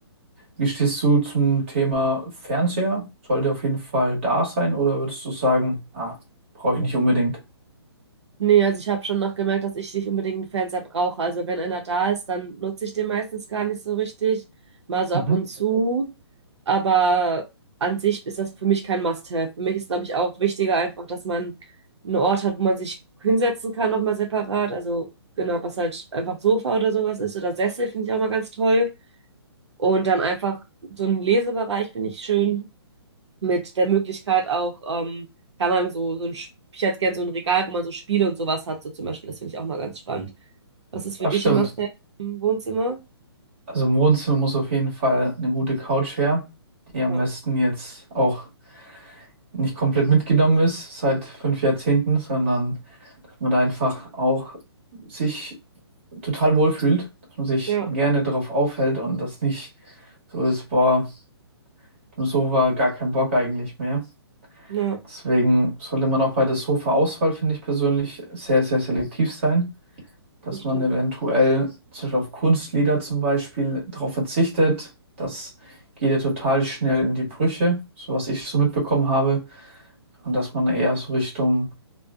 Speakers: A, on the right; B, on the right.
A: Wie stehst du zum Thema Fernseher? Sollte auf jeden Fall da sein oder würdest du sagen, ah, brauche ich nicht unbedingt?
B: Nee, also ich habe schon noch gemerkt, dass ich nicht unbedingt einen Fernseher brauche. Also wenn einer da ist, dann nutze ich den meistens gar nicht so richtig. Mal so
A: Mhm.
B: ab und zu. Aber an sich ist das für mich kein Must-have. Für mich ist, glaube ich, auch wichtiger einfach, dass man einen Ort hat, wo man sich hinsetzen kann, nochmal separat. Also genau, was halt einfach Sofa oder sowas ist. Oder Sessel finde ich auch mal ganz toll. Und dann einfach so einen Lesebereich finde ich schön mit der Möglichkeit auch, ähm, kann man so, so ein, Sp- ich hätte gern so ein Regal, wo man so Spiele und sowas hat, so zum Beispiel, das finde ich auch mal ganz spannend. Was ist
A: Das
B: für dich
A: stimmt.
B: ein Must-have im Wohnzimmer?
A: Also im Wohnzimmer muss auf jeden Fall eine gute Couch her, die am
B: Ja,
A: besten jetzt auch nicht komplett mitgenommen ist seit fünf Jahrzehnten, sondern dass man da einfach auch sich total wohlfühlt, dass man sich
B: ja,
A: gerne darauf aufhält und das nicht so ist, boah, im Sofa gar kein Bock eigentlich mehr.
B: ja,
A: Deswegen sollte man auch bei der Sofa-Auswahl, finde ich persönlich, sehr, sehr selektiv sein, dass
B: das stimmt.
A: man eventuell zum Beispiel auf Kunstleder zum Beispiel darauf verzichtet. Das geht ja total schnell in die Brüche, so was ich so mitbekommen habe. Und dass man eher so Richtung